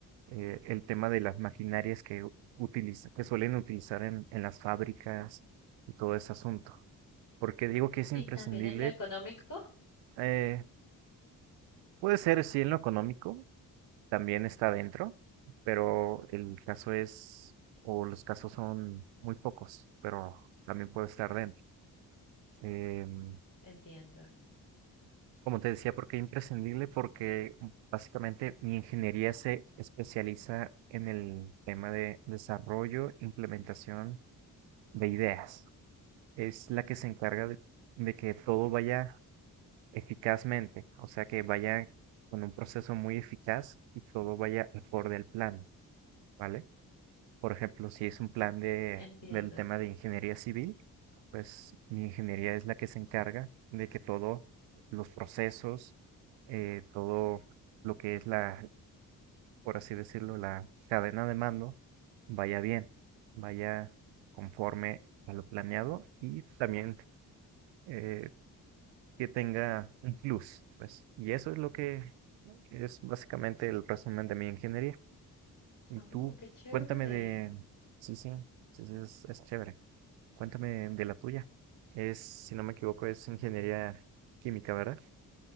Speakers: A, on the right; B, on the left.
A: eh, el tema de las maquinarias que u- utiliza, que suelen utilizar en, en las fábricas y todo ese asunto. Porque digo que es
B: Y
A: imprescindible,
B: también en lo económico.
A: eh, puede ser sí en lo económico, también está dentro, pero el caso es, o los casos son muy pocos, pero también puede estar dentro. Em,
B: Entiendo,
A: Como te decía, porque imprescindible, porque mm, básicamente mi ingeniería se especializa en el tema de desarrollo, implementación de ideas. Es la que se encarga de, de que todo vaya eficazmente, o sea, que vaya con un proceso muy eficaz y todo vaya acorde al plan, ¿vale? Por ejemplo, si es un plan de,
B: entiendo,
A: del tema
B: sí.
A: de ingeniería civil, pues mi ingeniería es la que se encarga de que todos los procesos, eh, todo lo que es la, por así decirlo, la cadena de mando, vaya bien, vaya conforme a lo planeado y también eh, que tenga un plus, pues. Y eso es lo que es básicamente el resumen de mi ingeniería. Y
B: Oh,
A: tú,
B: qué chévere.
A: cuéntame de... Sí, sí, sí, sí, es, es chévere. Cuéntame de la tuya. Es, si no me equivoco, es ingeniería química, ¿verdad?